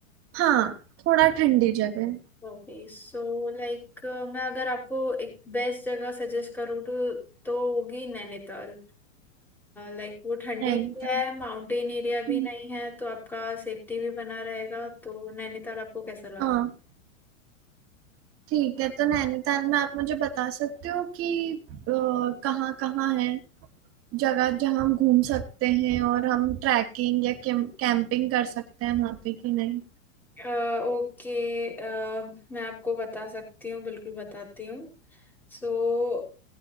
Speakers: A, on the right; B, in the centre.
A: हाँ थोड़ा ठंडी जगह
B: ओके सो लाइक मैं अगर आपको एक बेस्ट जगह सजेस्ट करूँ तो तो होगी नैनीताल लाइक वो ठंडी
A: नैनीताल
B: भी है माउंटेन एरिया
A: हम्म,
B: भी नहीं है तो आपका सेफ्टी भी बना रहेगा तो नैनीताल आपको कैसा लगा
A: हाँ ठीक है तो नैनीताल में आप मुझे बता सकते हो कि अ, कहाँ कहाँ है जगह जहाँ हम घूम सकते हैं और हम ट्रैकिंग या कैंपिंग कर सकते हैं वहाँ पे कि नहीं
B: अ, ओके अ, मैं आपको बता सकती हूँ बिल्कुल बताती हूँ सो